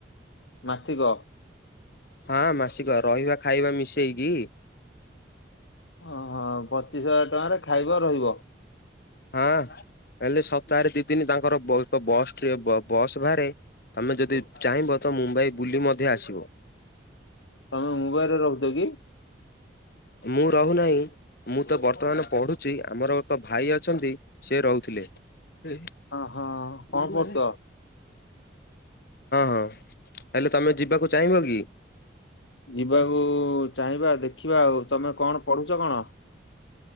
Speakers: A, on the left; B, on the left.
A: ମାସିକ
B: ହଁ ମାସିକ ରହିବା ଖାଇବା ମିଶେଇକି।
A: ଓହୋ ପଚିଶ୍ ହଜାର ଟଙ୍କାରେ ଖାଇବ ରହିବ
B: ହଁ ହେଲେ ସପ୍ତାହରେ ଦି ଦିନି ତାଙ୍କର ବସ୍ ବସ୍ ଟିଏ ବ ବସ୍ ବାହାରେ ତମେ ଯଦି ଚାହିଁବ ତ ମୁମ୍ବାଇ ବୁଲି ମଧ୍ୟ ଆସିବ।
A: ତମେ ମୁମ୍ବାଇ ରେ ରହୁଛ କି?
B: ମୁଁ ରହୁନାହିଁ। ମୁଁ ତ ବର୍ତ୍ତମାନ ପଢୁଛି ଆମର ତ ଭାଇ ଅଛନ୍ତି ସେ ରହୁଥିଲେ। <inaudible>
A: ହଁ ହଁ କଣ
B: ହଁ
A: କରୁଛ?
B: ହଁ। ହେଲେ ତମେ ଯିବାକୁ ଚାହିଁବ କି?
A: ଯିବାକୁ ଚାହିଁବା ଦେଖିବା ଆଉ ତମେ କଣ ପଢୁଛ କଣ?